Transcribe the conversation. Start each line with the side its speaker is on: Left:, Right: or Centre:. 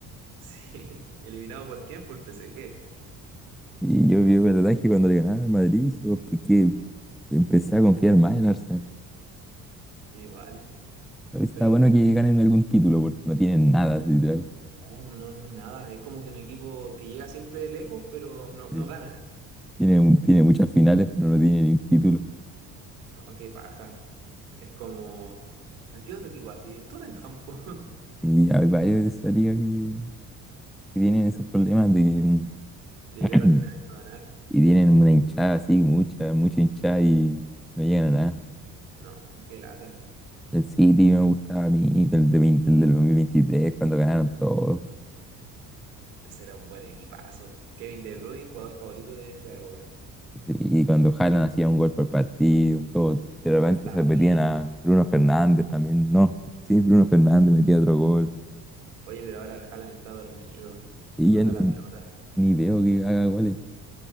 Right: Sí, <laughs> ¿eliminado por quién? Por el PSG.
Centre: Y yo vi el ataque cuando le ganaron al Madrid, dije, Empecé a confiar más en Arsenal.
Right: Igual.
Centre: Está
Right: Pero
Centre: bueno que ganen algún título, porque no tienen nada, literal.
Right: Oh, no, no, nada. Es como que un equipo que llega siempre lejos, pero no,
Centre: Sí.
Right: no gana.
Centre: Tiene, un- tiene muchas finales, pero no tiene ni un título.
Right: No, qué paja. Es como. ¿A qué otro equipo así? El Tottenham, po, <laughs>
Centre: Y hay varios de esa liga que, que tienen esos problemas de,
Right: de llegar
Centre: que, <clears throat>
Right: a final y no ganar.
Centre: y tienen una hinchada así, mucha, mucha hinchada y no llegan a nada.
Right: No, qué lata.
Centre: El City me gustaba a mí, el, de, 20 el del 2023 cuando ganaron todo.
Right: Será un buen equipazo. Kevin De Bruyne, jugador favorito de esa época.
Centre: Y cuando Haaland hacía un gol por partido, todo. De repente
Right: También.
Centre: se metían a Bruno Fernández también. No, sí, Bruno Fernández metía otro gol.
Right: Oye, pero ahora el Haaland está dormido.
Centre: Y
Right: No toca
Centre: ya ni,
Right: la pelota.
Centre: ni veo que haga goles.